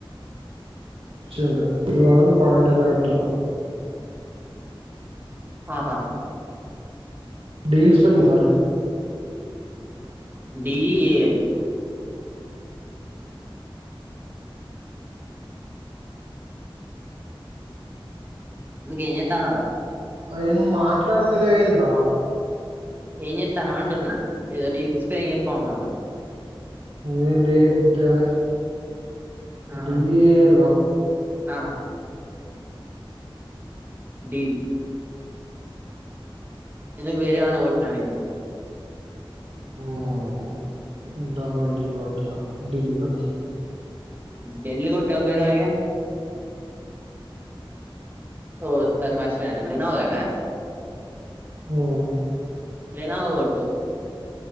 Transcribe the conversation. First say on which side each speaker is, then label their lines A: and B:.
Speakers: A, on the right; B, on the right.
A: వచ్చింది మిగతా వాళ్ళని క్వారంటంటైన్లో పెట్టినాం
B: ఆహా
A: డీల్స్ వెళ్ళుంటారు
B: డి ఎ ఎల్ ఎందుకు ఎమ్ చేస్తున్నావ్ రా
A: అరే నువ్వు మాట్లాడతలేవు ఏంద్ర
B: ఏం చెస్తానవ్ అంటున్నా ఏదో డేస్ స్పైర చెప్పా ఉన్నావా
A: ఏ లే ఉత్తిగానె
B: ఆహా
A: డి ఎల్ ఆ
B: ఆ డీల్ ఎందుకు వేరే ఏమన్నా కోటినావా ఏంది
A: ఆమ్ <unintelligible>
B: డేల్ కొట్టకపోయినా అగ ఓ సారి మర్చిపోయిన వెలినావుగా
A: ఆమ్
B: లెనోవా కొట్టు